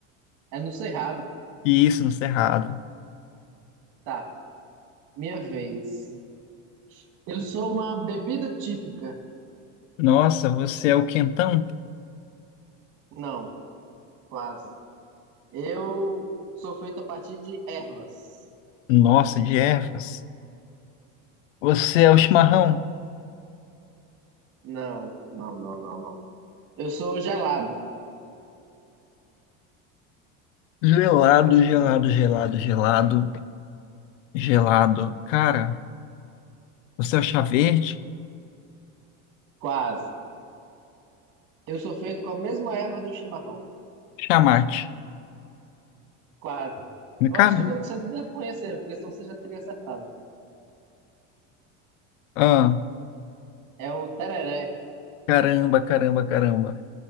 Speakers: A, on the right; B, on the left.
A: É no Cerrado.
B: E isso, no Cerrado.
A: Tá. Minha vez. Eu sou uma bebida típica.
B: Nossa, você é o quentão?
A: Não, quase. Eu sou feito a partir de ervas.
B: Nossa, de ervas. Você é o chimarrão?
A: Não, não, não, não, não. Eu sou gelado.
B: Gelado, gelado, gelado, gelado, gelado. Cara, você é o chá verde?
A: Quase. Eu sou feito com a mesma erva do chimarrão.
B: Chamate.
A: Quase.
B: Nunca
A: Eu acho que não, você não deve conhecer, porque senão você já teria acertado.
B: vi.
A: É o tereré.
B: Caramba, caramba, caramba.